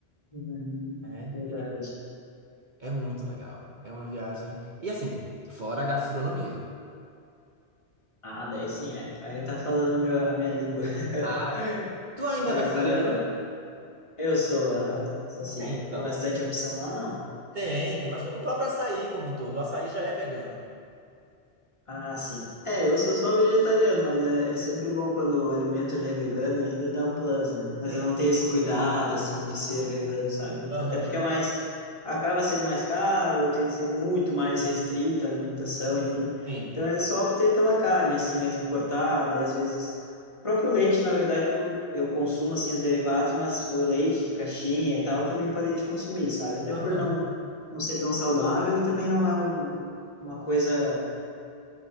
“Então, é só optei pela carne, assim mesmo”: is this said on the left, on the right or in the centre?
Left